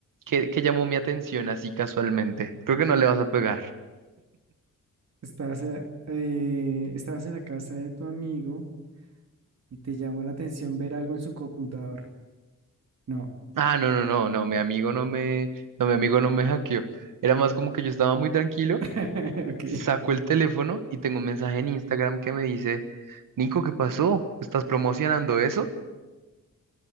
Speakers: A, on the right; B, on the right.
A: que, que llamó mi atención así casualmente. Creo que no le vas a pegar.
B: estabas eh, eh, estabas en la casa de tu amigo y te llamó la atención ver algo en su computador. No.
A: Ah, no, no, no, no, mi amigo no me, no, mi amigo no me hackeó. Era más como que yo estaba muy tranquilo
B: <laughs> Ok.
A: Saco el teléfono y tengo un mensaje en Instagram que me dice, Nico, ¿qué pasó? ¿Estás promocionando eso?